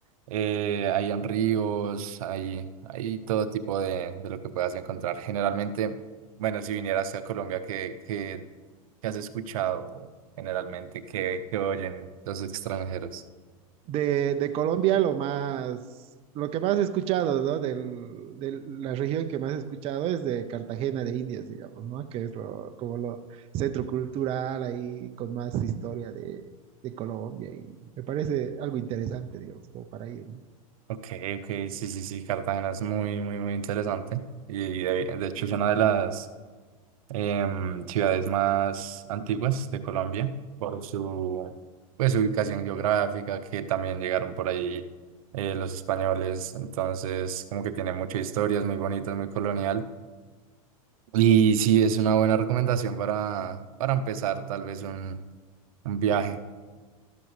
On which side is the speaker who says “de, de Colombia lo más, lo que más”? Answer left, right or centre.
Right